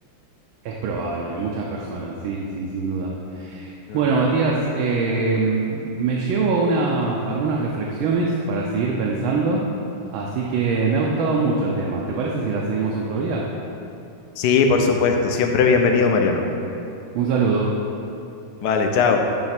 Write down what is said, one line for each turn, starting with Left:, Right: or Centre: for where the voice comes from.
Right: Es probable, muchas personas, sí, sí, sin duda.
Left: <laughs>
Right: Bueno, Matías, eh, me llevo unas, algunas reflexiones para seguir pensando, así que me ha gustado mucho el tema. ¿Te parece si la seguimos otro día?
Left: Sí, por supuesto. Siempre bienvenido, Mariano.
Right: Un saludo.
Left: Vale, chao.